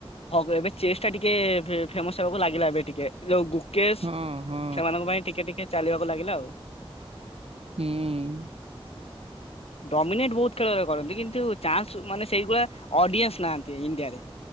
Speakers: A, on the left; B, on the right.
A: ହକ ଏବେ ଚେସ୍ ଟା ଟିକେ ଫେ ଫେମସ ହେବାକୁ ଲାଗିଲା ଏବେ ଟିକେ ଯୋଉ କେସ୍
B: ହଁ
A: ଛୁଆମାନଙ୍କପାଇଁ
B: ହଁ
A: ଟିକେ ଟିକେ ଚାଲିବାକୁ ଲାଗିଲା ଆଉ।
B: ହୁଁ।
A: ଡମିନେଟ ବହୁତ ଖେଳରେ କରନ୍ତି କିନ୍ତୁ ଚାନ୍ସ ମାନେ ସେଇଗୁଳା ଅଡିଏନ୍ସ ନାହାନ୍ତି ଇଣ୍ଡିଆରେ।